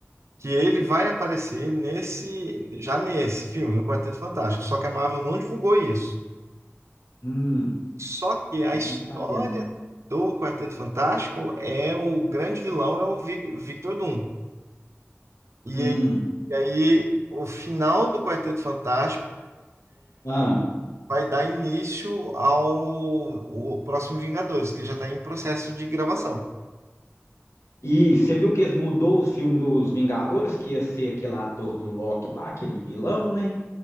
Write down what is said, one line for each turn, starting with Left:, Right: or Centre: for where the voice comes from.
Right: que ele vai aparecer nesse, já nesse filme, no Quarteto Fantástico, só que a Marvel não divulgou isso.
Left: Hum.
Right: Só que a
Left: Esse
Right: história
Left: eu não sabia, não.
Right: do Quarteto Fantástico é o grande vilão é o Vic- Victor Doom. E,
Left: Hum.
Right: e aí o final do Quarteto Fantástico
Left: Ah.
Right: vai dar início ao o próximo Vingadores, que já está em processo de gravação.
Left: E você viu que eles mudou o filme dos Vingadores, que ia ser aquele ator do Loki lá, aquele vilão, né?